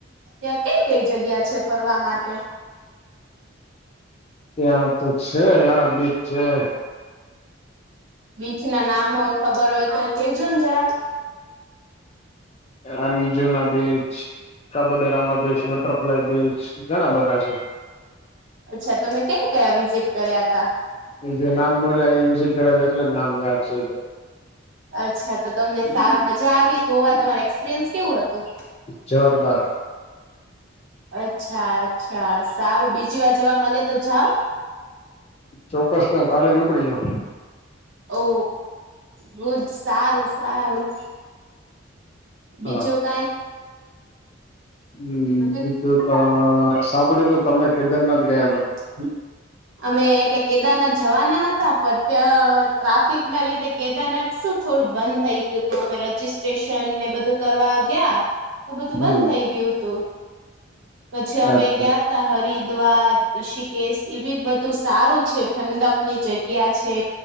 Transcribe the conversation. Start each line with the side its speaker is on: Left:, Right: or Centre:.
Right: ત્યાં કઈ કઈ જગ્યા છે ફરવા માટે
Left: ત્યાં તો છે ઘણા બીચ છે
Right: બીચ ના નામ હોય ખબર હોય તો કેજો ને જરા
Left: અને જુના બીચ કબુડેરામા બીચ બટરફ્લાય બીચ ઘણા બધા છે
Right: અચ્છા તમે કયા કયા વિઝિટ કર્યા હતા
Left: એ જે નામ બોલ્યા એ વિઝિટ કર્યા એટલે નામ યાદ છે
Right: અચ્છા તો તમને તા મજા આવી ગોવા તમારે એક્સપિરિયન્સ કેવું હતું
Left: જોરદાર
Right: અચ્છા અચ્છા સારું બીજી વાર જવા મળે તો જાઓ?
Left: ચોક્કસ ને હું કાલેજ ઉપડી જાઉ.
Right: ઓ, ગુડ સારું સારું. બીજું
Left: હા
Right: કઈ.
Left: હમ
Right: કઈ
Left: બીજું તો સાંભળ્યું તો તમે કેદારનાથ ગયા હતા.
Right: હમ. અમે એટલે કેદારનાથ જવાના હતા પણ ત્યાં ટ્રાફિક ના લીધે કેદારનાથ શું થોડું બંધ થઈ ગયું તું અમે રજીિસ્ટ્રેશન ને બધું કરવા ગયા. તો બધું
Left: હમ
Right: બંધ થઈ ગયું હતું, પછી અમે
Left: અચ્છા
Right: ગયા ત હરી દ્વાર ઋષિકેશ એ બ બધું સારું છે ઠંડક ની જગ્યા છે.